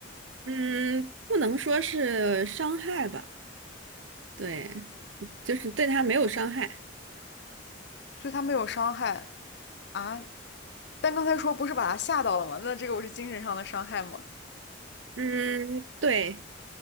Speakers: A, on the right; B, on the left.
A: 嗯，不能说是伤害吧，对，就是对它没有伤害。
B: 对她没有伤害啊？但刚才说不是把她吓到了吗？那这个我是精神上的伤害吗？
A: 嗯，对，